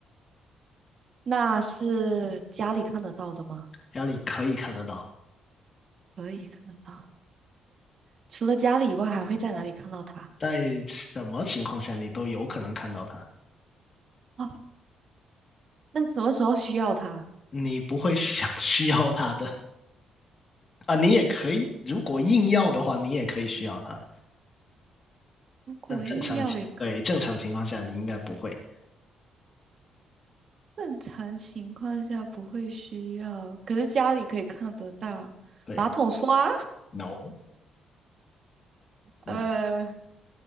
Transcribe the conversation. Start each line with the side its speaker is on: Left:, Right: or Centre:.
Right: 那是家里看得到的吗？
Left: 家里可以看得到，
Right: 可以看得到，除了家里以外，还会在哪里看到它？
Left: 在什么情况下你都有可能看到它，
Right: 哦，那什么时候需要它？
Left: 你不会 <laughs> 想需要它的。啊，你也可以，如果硬要的话，你也可以需要它。
Right: 如果硬要也可。
Left: 但正常情，对，正常情况下你应该不会。
Right: 正常情况下不会需要，可是家里可以看得到马桶刷。
Left: 对，no no，
Right: 呃，